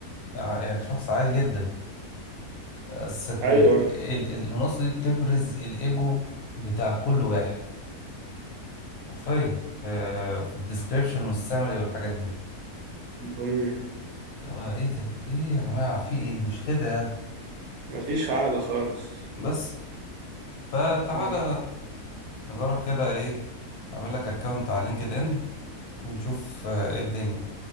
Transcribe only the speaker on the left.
يعني شخص عادي جدا بس كل
ال-
المنصة دي بتبرز الإيجو بتاع كل واحد حرفيا آه، في الديسكريبشن والسامري والحاجات دي
اللي هو ايه ده ايه يا جماعة في ايه مش كده يعني
بس فتعالى
نجرب كده ايه اعمل لك اكونت على لينكد ان ونشوف آه، ايه الدنيا